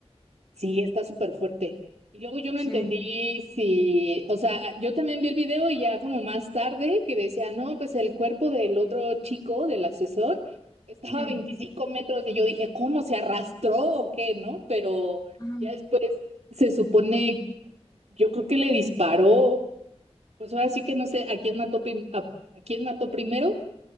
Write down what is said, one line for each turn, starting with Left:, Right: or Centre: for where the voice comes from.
Right: Sí, está súper fuerte. Y luego yo no
Left: Sí.
Right: entendí si, o sea, yo también vi el video y ya como más tarde que decía, no, pues el cuerpo del otro chico, del asesor, estaba
Left: Mm.
Right: a 25 metros y yo dije, ¿cómo se arrastró o qué, no? Pero
Left: Ay,
Right: ya después se supone, yo creo que le disparó, pues ahora sí que no sé a quién mató, prim- a, a quién mató primero,